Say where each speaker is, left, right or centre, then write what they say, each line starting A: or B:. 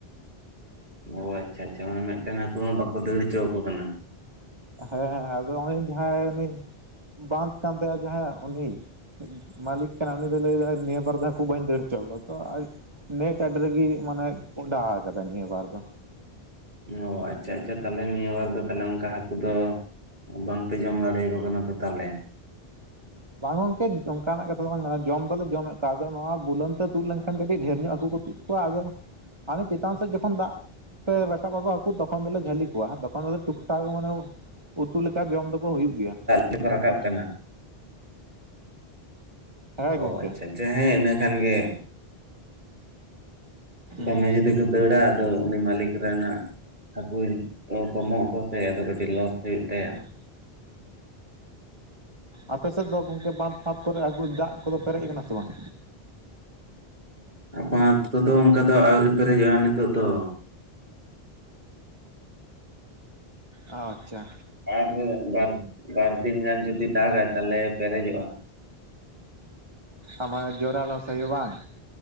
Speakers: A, on the right; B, on the right.
A: ᱚ ᱟᱪᱪᱷᱟ ᱟᱪᱪᱷᱟ ᱢᱟᱱᱮ ᱢᱤᱫᱴᱮᱱ ᱦᱟᱠᱩ ᱦᱚᱸ ᱵᱟᱠᱚ ᱫᱟᱹᱲ ᱦᱚᱪᱚ ᱟᱠᱚ ᱠᱟᱱᱟ᱾
B: ᱦᱮᱸ ᱦᱮᱸ ᱟᱫᱚ ᱱᱚᱜᱼᱚᱭ ᱡᱟᱦᱟᱸᱭ ᱩᱱᱤ ᱵᱟᱸᱫ ᱠᱟᱱ ᱛᱟᱭᱟ ᱡᱟᱦᱟᱸᱭᱟᱜ ᱩᱱᱤ ᱢᱟᱞᱤᱠ ᱠᱟᱱᱟᱭ ᱩᱱᱤ ᱫᱚᱭ ᱞᱟᱹᱭᱫᱟᱭ ᱱᱤᱭᱟᱹ ᱵᱟᱨ ᱫᱷᱟᱣ ᱦᱟᱠᱚ ᱵᱟᱹᱧ ᱫᱟᱹᱲ ᱪᱚ ᱜᱚᱛᱚ ᱟᱨ ᱱᱮᱴ ᱟᱹᱰᱤ ᱨᱟᱜᱤ ᱢᱟᱱᱮ ᱳᱰᱟᱣ ᱟᱠᱟᱫᱟ ᱱᱤᱭᱟᱹ ᱵᱟᱨ ᱫᱚ
A: ᱚ ᱟᱪᱪᱷᱟ ᱟᱪᱪᱷᱟ ᱛᱟᱦᱚᱞᱮ ᱱᱤᱭᱟᱹ ᱵᱟᱨ ᱫᱚ ᱛᱟᱦᱚᱞᱮ ᱚᱱᱠᱟ ᱦᱟᱹᱠᱩ ᱫᱚ ᱵᱟᱝᱯᱮ ᱡᱚᱢ ᱫᱟᱲᱮᱭᱟᱠᱚ ᱠᱟᱱᱟ ᱛᱚ ᱛᱟᱦᱚᱞᱮ?
B: ᱵᱟᱝ ᱜᱚᱝᱠᱮ ᱚᱱᱠᱟᱱᱟᱜ ᱠᱟᱛᱷᱟ ᱫᱚ ᱵᱟᱝ ᱠᱟᱱᱟ ᱡᱚᱢ ᱫᱚᱞᱮ ᱡᱚᱢᱮᱫ ᱠᱚᱣᱟ ᱟᱫᱚ ᱱᱚᱣᱟ ᱵᱩᱞᱟᱹᱱ ᱛᱮ ᱛᱩᱫ ᱞᱮᱱᱠᱷᱟᱱ ᱠᱟᱹᱴᱤᱡ ᱰᱷᱮᱨ ᱧᱚᱜ ᱦᱟᱹᱠᱩ ᱠᱚ ᱛᱩᱫ ᱠᱚᱣᱟ ᱟᱫᱚ ᱦᱟᱱᱮ ᱪᱮᱛᱟᱱ ᱥᱮᱫ ᱡᱚᱠᱷᱚᱱ ᱫᱟᱜ ᱛᱮ ᱨᱟᱠᱟᱵ ᱟᱠᱚ ᱦᱟᱠᱩ ᱛᱚᱠᱷᱚᱱ ᱫᱚᱞᱮ ᱡᱷᱟᱹᱞᱤ ᱠᱚᱣᱟ ᱛᱚᱠᱷᱚᱱ ᱫᱚᱞᱮ ᱴᱩᱠ ᱴᱟᱠ ᱢᱟᱱᱮ ᱩᱛᱩ ᱞᱮᱠᱟ ᱡᱚᱢ ᱫᱚᱠᱚ ᱦᱩᱭᱩᱜ ᱜᱮᱭᱟ᱾
A: ᱛᱮ ᱠᱚ ᱨᱟᱠᱟᱵ ᱠᱟᱱᱟ᱾
B: ᱦᱮᱸ
A: ᱚ
B: ᱜᱚᱝᱠᱮ
A: ᱟᱪᱪᱷᱟ ᱟᱪᱪᱷᱟ ᱦᱮᱸ ᱤᱱᱟᱹ ᱠᱷᱟᱱ ᱜᱮ᱾
B: ᱦᱩᱸ
A: ᱫᱚᱢᱮ ᱡᱩᱫᱤ ᱠᱚ ᱫᱟᱹᱲᱟ ᱟᱫᱚ ᱩᱱᱤ ᱢᱟᱞᱤᱠ ᱨᱮᱱᱟᱜ ᱦᱟᱹᱠᱩ ᱛᱚ ᱠᱚᱢᱚᱜ ᱟᱠᱚ ᱥᱮ ᱟᱫᱚ ᱠᱟᱹᱴᱤᱡ ᱞᱚᱥ ᱦᱩᱭᱩᱜ ᱛᱟᱭᱟ᱾
B: ᱦᱩᱸ ᱟᱯᱮᱥᱮᱫ ᱫᱚ ᱜᱚᱝᱠᱮ ᱵᱟᱸᱫᱽ ᱯᱷᱟᱸᱫᱽ ᱠᱚᱨᱮ ᱦᱟᱠᱩ ᱫᱟᱜ ᱠᱚᱫᱚ ᱯᱮᱨᱮᱡ ᱟᱠᱟᱱᱟ ᱥᱮ ᱵᱟᱝ?
A: ᱟᱨ ᱵᱟᱸᱫᱽ ᱠᱚᱫᱚ ᱚᱱᱠᱟ ᱫᱚ ᱟᱣᱨᱤ ᱯᱮᱨᱮᱡᱚᱜᱼᱟ ᱱᱤᱛᱚᱜ ᱫᱚ
B: ᱚ ᱟᱪᱪᱷᱟ᱾
A: ᱟᱨ ᱵᱟᱨ ᱵᱟᱨ ᱫᱤᱱ ᱜᱟᱱ ᱡᱩᱫᱤ ᱫᱟᱜᱟᱭ ᱛᱟᱦᱚᱞᱮ ᱯᱮᱨᱮᱡᱚᱜᱼᱟ᱾
B: ᱟᱢᱟ ᱡᱳᱲᱟ ᱞᱚᱥ ᱦᱩᱭᱩᱜᱼᱟ ᱵᱟᱝ?